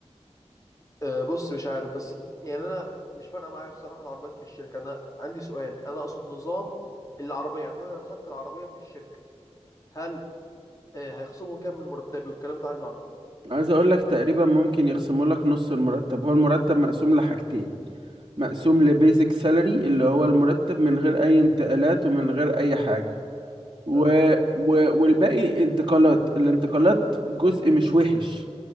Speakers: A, on the left (about 30°); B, on the right (about 45°).
A: آه، بص مش عارف بس يعني انا مش فارقه معايا بصراحه العربيات في الشركه انا عندي سؤال انا اقصد نظام العربيه يعني انا لو خدت العربيه من الشركه هل آه، هيخصموا كام من مرتبي والكلام ده عايز اعرفه
B: عايز اقول لك تقريبا ممكن يخصموا لك نص المرتب هو المرتب مقسوم لحاجتين مقسوم
A: اه
B: لبيزك سالري اللي هو المرتب من غير اي انتقالات ومن غير اي حاجة و...
A: تمام
B: و... والباقي انتقالات الانتقالات جزء مش وحش